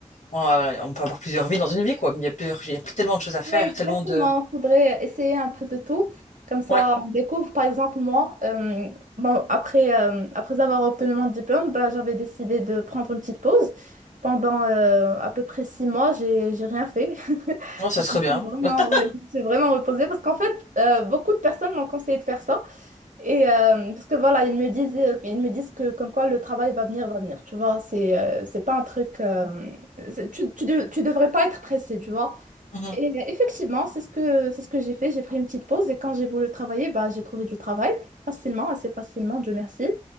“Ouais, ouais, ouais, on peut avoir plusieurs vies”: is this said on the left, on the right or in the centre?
Left